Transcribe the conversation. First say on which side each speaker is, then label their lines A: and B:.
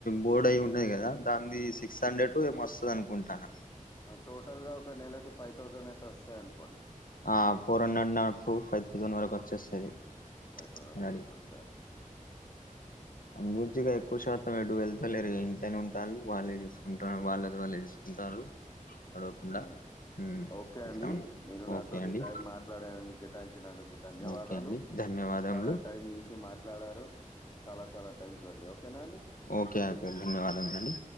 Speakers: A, on the left; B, on the left.
A: బోర్డు అయి ఉన్నయ్ కదా దాన్ది సిక్స్ హండ్రెడ్ ఏమొ వస్తుందనుకుంటాన
B: టోటల్ గా ఒక నెలకు ఫైవ్ థౌజండ్ అయితే వస్తాయ్ అనుకోండి
A: ఆ ఫోర్ హండ్రెడ్ నా ఫు ఫైవ్ థౌజండ్ వరకు వచ్చేస్తది
B: ఫైవ్ తౌసండ్
A: అలాడి
B: వరకు వస్తయ
A: అందు గురించిగా ఎక్కువ శాతం ఎడు వెళ్తాలేరు ఇటనే ఉంటారు వాళ్ళే చూసుకుంటారు వాళ్ళ వాళ్ళే చూస్ ఉంటారు అడగకుండా
B: హ్మ్.
A: మ్
B: ఓకే అండి
A: ఇట్లా ఉంది
B: నేను నాతోటి
A: ఓకే అండి
B: టైం మాట్లాడేనదుకు కేటాయించినకు ధన్యవాదాలు
A: ఓకే అండి ధన్యవాదములు
B: చాలా టైం తీసి మాట్లాడారు చాలా చాలా థాంక్ యూ అండి ఓకేనా అండి
A: ఓకే ఓకే ధన్యవాదం అండి